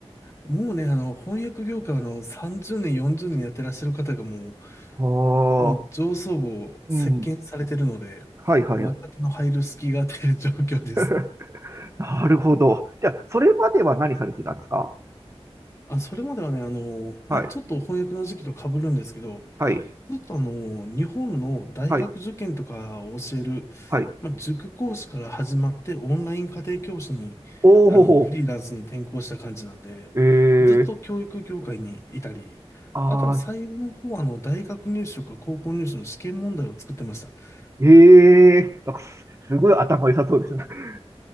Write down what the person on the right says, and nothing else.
ああ、
うん。はいはいはい。
<laughs> なるほど。じゃあ、それまでは何されてたんですか
はい。
はい。
はい。はい。
おお、
ほほ
えー
ああ、
ええなんかす、すごい頭良さそうですね。<laughs>